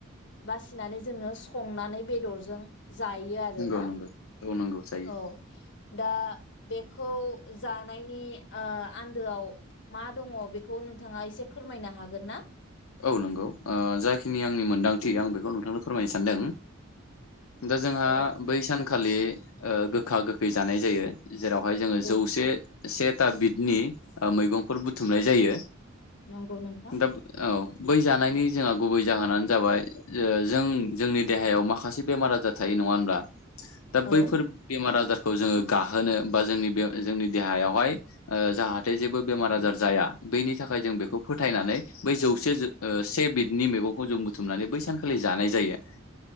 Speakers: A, on the left; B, on the left.
A: बासिनानै जोङो संनानै बेदरजों जायो आरोना
B: नंगौ नंगौ औ नांगौ जायो
A: औ दा बेखौ जानायनि ओ आन्दोआव मा दङ बेखौ नोंथाङा एसे फोरमायनो हागोन ना?
B: औ नंगौ ओ जाखिनि आंनि मोन्दांथि आं बेखौ नोंथांनो फोरमायनो सानदों दा जोंहा
A: औ
B: बै सान खालि गोखा गोखै जानाय जायो जेरावहाय जोङो
A: नंगौ
B: जौसे
A: नोंथां
B: से था बिदनि मैगंफोर बुथुमनाय जायो
A: नंगौ नोंथां
B: दा औ बै जानायनि जोंहा गुबै जाहोनानो जाबाय जों जोंनि देहायाव माखासे बेमार आजार थायो नङा होनब्ला दा
A: औ
B: बैफोर बेमार आजार खौ जोङो गाहोनो बा जोंनि बे जोंनि देहायावहाय ओ जाहाथे जेबो बेमार आजार जाया बेनि थाखाय जों बेखौ फोथायनानै बै जौसे ज से बिदनि मैगंखौ जों बुथुमनानै बै सानखालि जानाय जायो